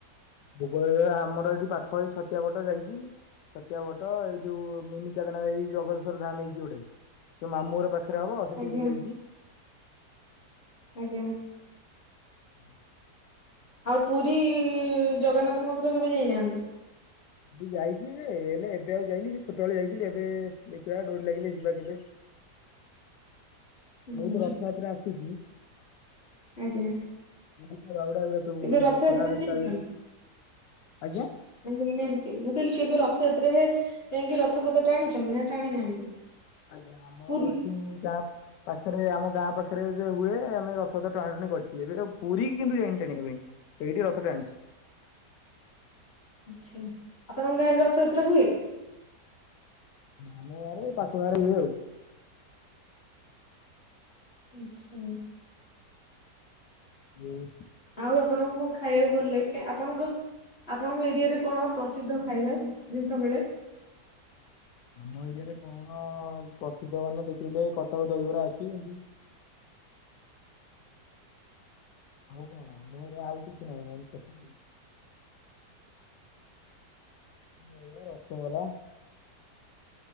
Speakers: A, on the left (about 85°); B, on the left (about 35°).
A: <unintelligible> ଆମର ଏଠି ପାଖ ଏଇ ଛତିଆ ବାଟ ଯାଇକି। ଚାତ୍ତିଆ ବଟ ଏଇ ଯୋଉ ମିନିଚଦନା ଏଇ ଜଗଦେଶଵର ଧାମ ହେଇଛି ଗୋଟେ ଯୋଉ ମାମୁଁର ଘର ପା ପାଖରେ ହବ ଅଧ
B: ଆଜ୍ଞା
A: ଟ୍ରିପ ଯାଇଛି।
B: ଆଜ୍ଞା।
A: <inaudible>
B: ଆଉ ପୁରୀ ଜଗନ୍ନାଥ ମନ୍ଦିର କେବେ ଯାଇନାହାନ୍ତି?
A: ଯାଇଛି ଯେ ହେଲେ ଏବେ ଆଉ ଯାଇନି ସେ ଛୋଟ ବେଳେ ଯାଇଥିଲି ଏବେ ଦେଖିବା ଡୋରି ଲାଗିଲେ ଯିବା କେବେ।
B: <inaudible> ହୁଁ।
A: ଆଗକୁ ତ ରଥଯାତ୍ରା ଆସୁଛି।
B: ଆଜ୍ଞା।
A: ଗୁଣ୍ଡିଚା ବାହୁଡା ଏଗୁଡା ସବୁ
B: ଏବେ ରଥଯାତ୍ରା
A: ଦେଖିବା
B: ନେଇଛନ୍ତି।
A: ତା ଭିତରେ ଆଜ୍ଞା।
B: <unintelligible> ମୁଁ କହିଲି କେବେ ରଥଯାତ୍ରାରେ ଯାଇକି ରଥ ପଥ ଟାଣିଛନ୍ତି ନା ଟାଣି ନାହାନ୍ତି?
A: ଆଜ୍ଞା ଆମ
B: ପୁରୀ
A: ଏଇଠି ଯାହା ପାଖରେ ଆମ ଗାଁ ପାଖରେ ହୁଏ ଆମେ ରଥ ରଥ ଟଣା ଟଣି କରିଛେ ଏବେ ଆଉ ପୁରୀ କେବେ ଯାଇନି ଟାଣିବା ପାଇଁ। ଏଇଠି ରଥ ଟାଣିଛି।
B: ଆଚ୍ଛା ଆପଣଙ୍କ ଗାଁରେ ରଥଯାତ୍ରା ହୁଏ?
A: ମାମୁଁ ବାରେ ଏଇ ପାଖ ଗାଁ ରେ ହୁଏ ଆଉ।
B: ଆଚ୍ଛା।
A: ହୁଁ।
B: ଆଉ ଆପଣ ଙ୍କୁ କଣ ଖାଇବାକୁ ଭଲ ଲାଗେ? ଆ ଆପଣଙ୍କ ଆପଣଙ୍କ ଏରିଆରେ କଣ ପ୍ରସିଦ୍ଧ ଖାଇବା ଜିନିଷ ମିଳେ?
A: ଆମ ଏରିଆରେ କଣ ପ୍ରସିଦ୍ଧ ମାନେ ଦେଖେ କଟକ ଦହିବରା ଅଛି ଏମତି।
B: <inaudible>
A: ଆଉ କଣ ମୋର ଆଉ କିଛି ନାହିଁ ନାଇ ସେତିକି। ଏଇଡା ରସଗୋଲା